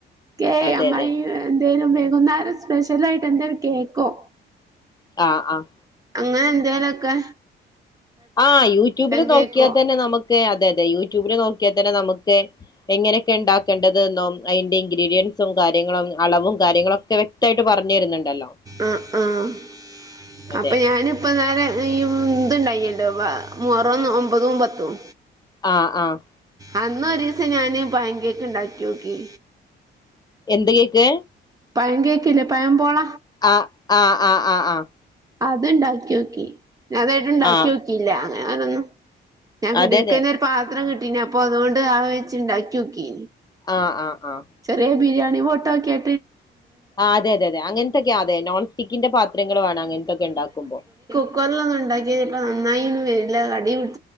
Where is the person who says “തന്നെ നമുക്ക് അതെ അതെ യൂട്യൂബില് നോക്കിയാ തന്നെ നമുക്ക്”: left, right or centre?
Left